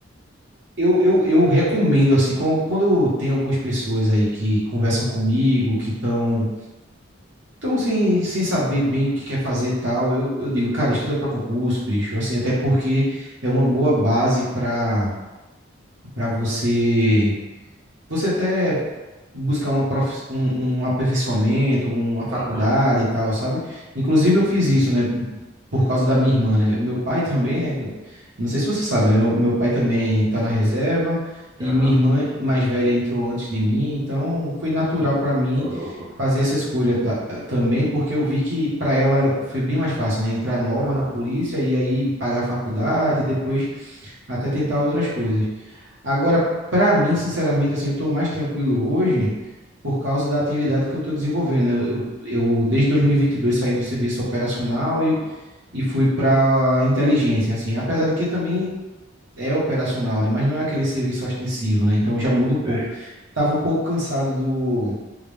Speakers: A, on the right (about 65°); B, on the right (about 20°).
A: Eu, eu, eu recomendo, assim, com- quando tem algumas pessoas aí que conversam comigo, que estão tão, tão, assim, sem saber bem o que quer fazer e tal, eu, eu digo, cara, estuda pra concurso, bicho. Assim, até porque é uma boa base pra para você. Você até buscar uma prof... um, um aperfeiçoamento, uma faculdade
B: Aham.
A: e tal, sabe? Inclusive eu fiz isso, né? Por causa da minha irmã, né? Meu pai também, né? Não sei se você sabe, né? Meu, meu pai também tá na reserva e
B: Aham.
A: minha irmã mais velha entrou antes de mim, então foi natural para mim
B: Ô, louco.
A: fazer essa escolha ta- também, porque eu vi que para ela ela- foi bem mais fácil, né? Entrar nova
B: Aham.
A: na polícia e aí pagar a faculdade, e depois até tentar outras coisas. Agora, para mim, sinceramente, assim, eu estou mais tranquilo hoje por causa da atividade que eu estou desenvolvendo. né? Eu, eu, eu, desde 2022, saí do serviço operacional e, e fui para inteligência, assim, apesar de que também é operacional, né? Mas não é aquele serviço ostensivo, né? Então já muda um pouco.
B: Sei.
A: Estava um pouco cansado do